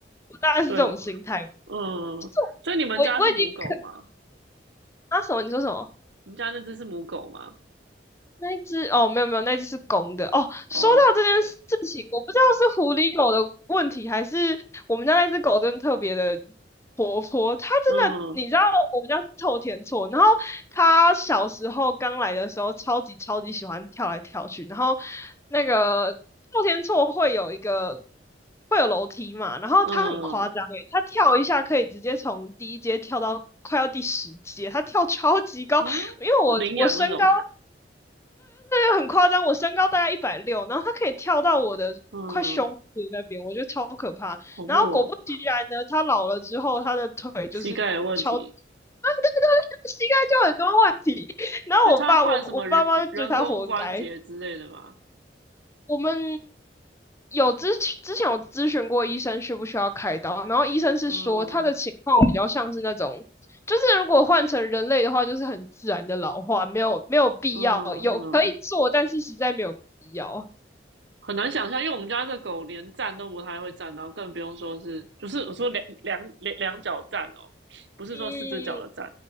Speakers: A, on the left; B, on the right.
A: 我大概是这种心态。
B: 对，嗯，
A: 就是
B: 所以你们家是母狗吗？
A: 我我已经可啊什么？你说什么？
B: 你们家那只是母狗吗？
A: 那一只哦，没有没有，那一只是公的哦。
B: 哦，
A: 说到这件事情，我不知道是狐狸狗的问题，还是我们家那只狗真的特别的活泼。它真的，
B: 嗯
A: 你知道我们家是臭田厝，然后它小时候刚来的时候，超级超级喜欢跳来跳去。然后那个臭天厝会有一个会有楼梯嘛，然后它很夸张诶，
B: 嗯
A: 它跳一下可以直接从第一阶跳到快要第十阶，它跳超级高。
B: 啊，
A: 因为我我身高
B: 领养那种，
A: 就很夸张，我身高大概一百六，然后他可以跳到我的快胸部那边，
B: 嗯，
A: 我觉得超可怕。
B: 恐怖哦、
A: 然后果不其然呢，他老了之后，他的腿就是超，
B: 膝盖有问题，
A: <laughs> 对对对，膝盖就很多问题。然后我爸，
B: 所以它换什么人人工关节之类的吗？
A: 我我爸妈就觉得他活该，我们有咨询之前有咨询过医生需不需要开刀，然后医生是说他的情况比较像是那种，
B: 嗯
A: 就是如果换成人类的话，就是很自然的老化，没有没有必要，
B: 嗯
A: 有可以做，
B: 嗯。
A: 但是实在没有必要。
B: 很难想象，因为我们家这狗连站都不太会站，然后更不用说是，就是我说两两两两脚站哦，不是说四只脚的站，
A: 嗯